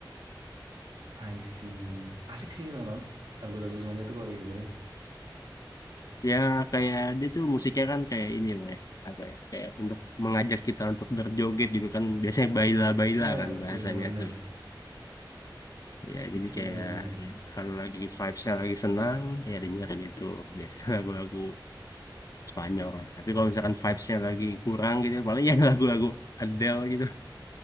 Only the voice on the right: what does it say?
I see. Asik sih memang. Lagu-lagu Spanyol tuh kalau didengerin.
Bener,
bener, bener.
Bener,
bener.